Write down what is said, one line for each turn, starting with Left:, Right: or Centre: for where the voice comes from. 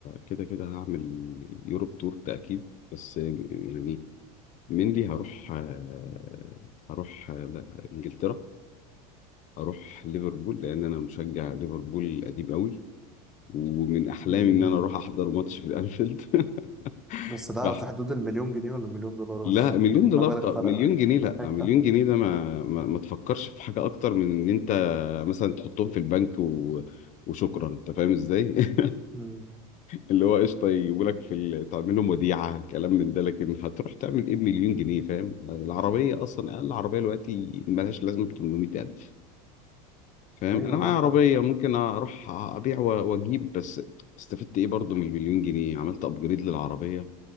Left: كده كده هعمل يوروب تور ده اكيد بس يعني منلي هروح آه، هروح آه، انجلترا هروح ليفربول لان انا مشجع ليفربول قديم قوي ومن احلامي
Centre: مم.
Left: ان انا اروح احضر ماتش في الانفيلد <laughs>
Centre: بس ده
Left: فاحنا
Centre: في حدود المليون جنيه ولا مليون دولار
Left: لا
Centre: بس عشان
Left: مليون
Centre: المبالغ
Left: دولار طب
Centre: فرق
Left: مليون جنيه لا
Centre: <laughs>
Left: مليون جنيه ده ما ما, ما تفكرش في حاجة أكتر من إن أنت مثلا تحطهم في البنك و... وشكرا أنت فاهم إزاي؟ <laughs>
Centre: مم.
Left: اللي هو قشطة يجيبولك في ال... تعملهم وديعة كلام من ده لكن هتروح تعمل إيه بمليون جنيه فاهم؟ العربية أصلا أقل عربية دلوقتي ملهاش لازمة ب 800000 فاهم؟
Centre: ايوه
Left: أنا معايا
Centre: معاك
Left: عربية
Centre: حق
Left: ممكن أروح أبيع و- وأجيب بس استفدت إيه برضه من المليون جنيه؟ عملت أبجريد للعربية